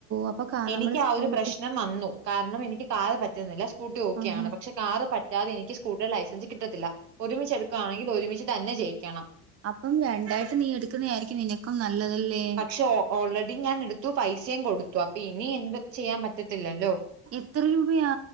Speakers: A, on the right; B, on the right.
A: അപ്പൊ കാ
B: എനിക്ക്
A: നമ്മള് സ്കൂട്ടി
B: ആ ഒരു പ്രശ്നം വന്നു. കാരണം എനിക്ക് കാറ് പറ്റുന്നില്ല സ്കൂട്ടി ഓക്കെയാണ്.
A: ആഹ്
B: പക്ഷെ കാറ് പറ്റാതെ എനിക്ക് സ്കൂട്ടീയുടെ ലൈസൻസ് കിട്ടത്തില്ല. ഒരുമിച്ച് എടുക്കുകയാണെങ്കിൽ ഒരുമിച്ച് തന്നെ ജയിക്കണം
A: അപ്പം രണ്ടായിട്ട് നീ എടുക്കുന്ന ആയിരിക്കും നിനക്കും നല്ലതല്ലേ
B: ക്ഷേ ഓൾറെഡി ഞാൻ എടുത്തു പൈസയും കൊടു അപ്പൊ ഇനി എന്ത് ചെയ്യാൻ പറ്റത്തില്ലല്ലോ
A: എത്ര രൂപയാ